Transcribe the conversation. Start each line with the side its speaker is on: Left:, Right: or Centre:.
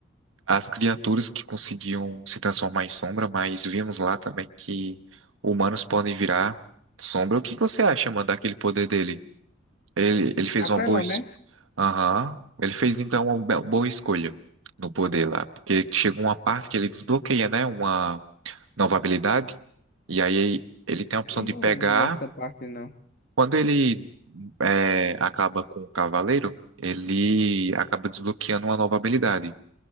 Right: as criaturas que conseguiam se transformar em sombra, mas vimos lá também que humanos podem virar sombra. O que que você acha, mano, daquele poder dele? Ele, ele fez
Left: Apelão,
Right: uma boa... es-
Left: né?
Right: Aham. Ele fez, então, uma be- boa escolha no poder lá. Porque chegou uma parte que ele desbloqueia, né, uma novabilidade. E aí ele tem a opção
Left: Não
Right: de pegar.
Left: lembro dessa parte, não.
Right: Quando ele é, acaba com o cavaleiro, ele acaba desbloqueando uma nova habilidade.